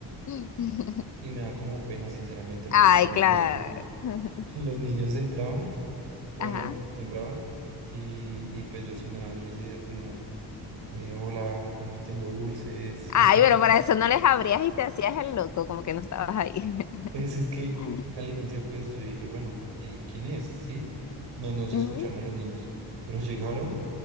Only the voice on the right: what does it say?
Y me da como pena, sinceramente, porque
como
que
los niños entraban o
no, timbraban y, y pues yo sin nada, yo les decía como, eh, hola, no tengo dulces.
<laughs>
Pues es que
al inicio pues yo dije, bueno, ¿qui- ¿quién es? ¿Sí? No, no se
escucharon a los niños, pero <laughs> llegaron